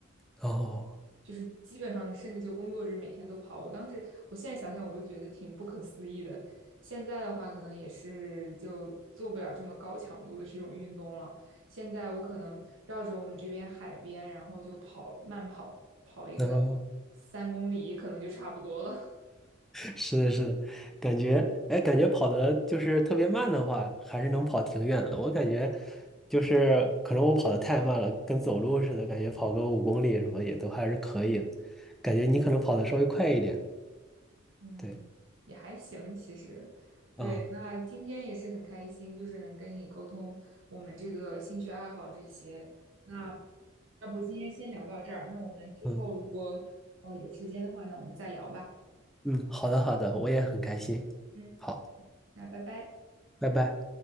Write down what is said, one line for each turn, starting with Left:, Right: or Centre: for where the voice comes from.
Centre: 哦，
Right: 就是基本上甚至就工作日每天都跑。我当时，我现在想想我都觉得挺不可思议的。现在的话，可能也是就做不了这么高强度的这种运动了。现在我可能绕着我们这边海边，然后就跑慢跑一个
Centre: 那。
Right: 三公里，可能就差不多了。
Centre: 是的，是的，感觉，哎，感觉跑的就是特别慢的话，还是能跑挺远的。我感觉就是可能我跑的太慢了，跟走路似的，感觉跑个五公里什么也都还是可以的。感觉你可能跑的稍微快一点。
Right: 嗯，
Centre: 对，
Right: 也还行，其实。对，
Centre: 啊，
Right: 那今天也是很开心，就是能跟你沟通我们这个兴趣爱好这些。那要不今天先聊到这儿，那我们之后如果呃有时间的话，
Centre: 嗯
Right: 那我们再聊吧。
Centre: 嗯，好的好的，我也很开心。
Right: 嗯，
Centre: 好，
Right: 那拜拜。
Centre: 拜拜。